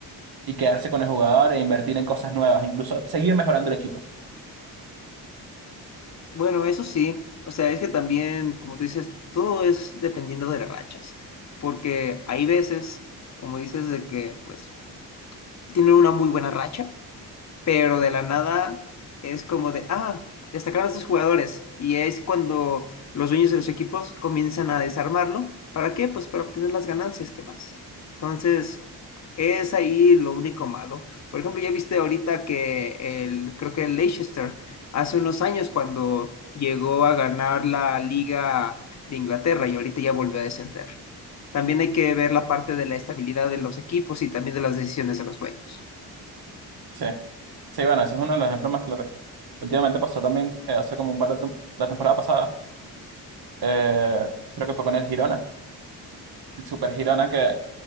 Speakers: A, on the right; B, on the left.
A: y quedarse con el jugador e invertir en cosas nuevas, incluso seguir mejorando el equipo.
B: Bueno, eso sí, o sea, es que también, como tú dices, todo es dependiendo de las rachas, porque hay veces, como dices, de que pues tienen una muy buena racha pero de la nada es como de, ah, destacaron a estos jugadores. Y es cuando los dueños de los equipos comienzan a desarmarlo. ¿Para qué? Pues para obtener las ganancias que más. Entonces, es ahí lo único malo. Por ejemplo, ya viste ahorita que el, creo que el Leicester, hace unos años cuando llegó a ganar la Liga de Inglaterra y ahorita ya volvió a descender. También hay que ver la parte de la estabilidad de los equipos y también de las decisiones de los dueños.
A: Sí, sí, bueno, ese es uno de los ejemplos más claros. Últimamente pasó también, eh, hace como un par de tem- la temporada pasada. eh, creo que fue con el Girona, el Super Girona que